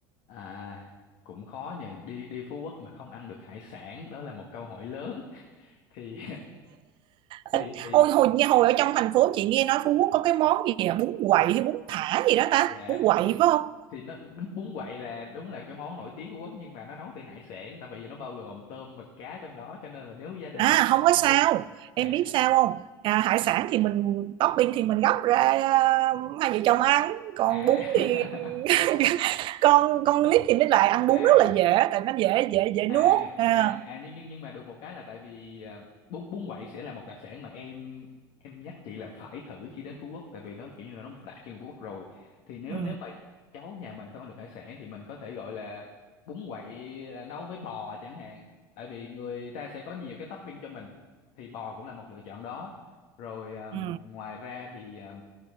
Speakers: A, on the left; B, on the right.
A: à cũng khó nhờ đi đi Phú Quốc mà không ăn được hải sản đó là một câu hỏi lớn <laughs> thì thì
B: Ít-
A: thì
B: ôi hồi nghe hồi ở trong thành phố chị nghe nói Phú Quốc có cái món gì à? bún quậy hay bún thả gì đó ta
A: dạ
B: bún quậy
A: thì
B: phải không
A: thì nó đúng, bún quậy là đúng là cái món nổi tiếng của Quốc nhưng mà nó nấu từ hải sản tại vì nó bao gồm tôm mực cá trong đó cho nên là nếu gia đình
B: À
A: mình không
B: không
A: ăn
B: có sao
A: được
B: Em
A: hải
B: biết
A: sản
B: sao không à, Hải sản thì mình topping thì mình gấp ra à, Hai vợ chồng ăn Còn
A: à,
B: bún thì
A: <laughs>
B: <laughs> con con nít thì mới lại ăn bún
A: à
B: rất là dễ Tại nó dễ dễ dễ
A: à
B: nuốt à,
A: à à nhưng nhưng nhưng mà được một cái là tại vì à, bún bún quậy sẽ là một đặc sản mà em em nhắc chị là phải thử khi đến Phú Quốc tại vì nó kiểu như là nó một đặc trưng của Phú Quốc rồi thì nếu
B: ừ,
A: nếu mà cháu nhà mình không ăn được hải sản thì mình có thể gọi là bún quậy à, nấu với bò chẳng hạn tại vì người ta sẽ có nhiều cái topping cho mình thì bò cũng là một lựa chọn đó rồi à,
B: ừ.
A: ngoài ra thì à,